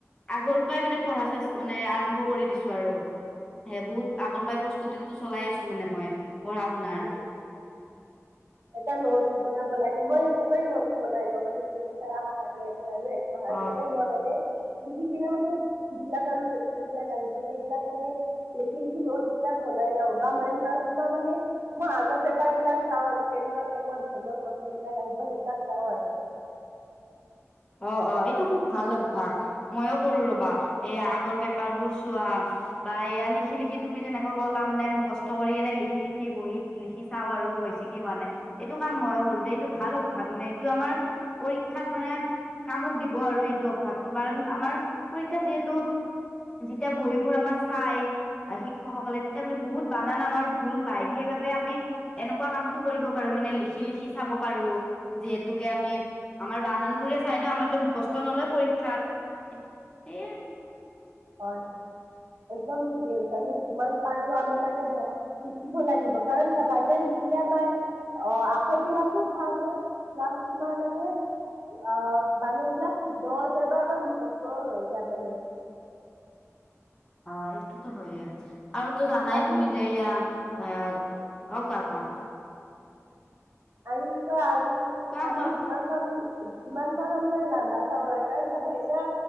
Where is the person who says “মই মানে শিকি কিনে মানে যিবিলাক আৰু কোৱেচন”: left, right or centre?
Right